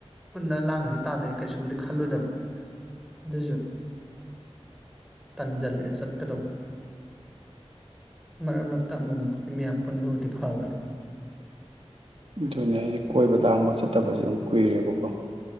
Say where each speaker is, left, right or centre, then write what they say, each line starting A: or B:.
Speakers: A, in the centre; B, on the right.
A: ꯄꯨꯟꯅ ꯂꯥꯡꯈ꯭ꯔꯗꯤ ꯇꯥꯗꯦ ꯀꯩꯁꯨꯕꯨꯗꯤ ꯈꯜꯂꯣꯏꯗꯕ ꯑꯗꯨꯁꯨ ꯇꯟꯖꯜꯂꯛꯑꯦ ꯆꯠꯀꯗꯧꯕ ꯃꯔꯛ ꯃꯔꯛꯇ ꯑꯃꯨꯛ ꯃꯗꯤ ꯃꯌꯥꯝ ꯄꯨꯟꯕꯕꯨꯗꯤ ꯐꯕꯅꯤ
B: ꯑꯗꯨꯅꯦ ꯑꯩꯗꯤ ꯀꯣꯏꯕ ꯂꯥꯡꯕ ꯆꯠꯇꯕꯁꯨ ꯑꯗꯨꯝ ꯀꯨꯏꯔꯦꯕꯀꯣ